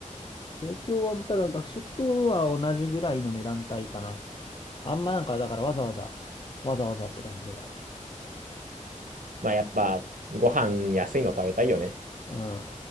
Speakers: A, on the left (about 40°); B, on the right (about 85°).
A: 生協は、ただ学食とは同じぐらいの値段帯かな。あんまなんか、だからわざわざ、わざわざって感じではある。
B: まあやっぱ、ご飯安いの食べたいよね。
A: うん。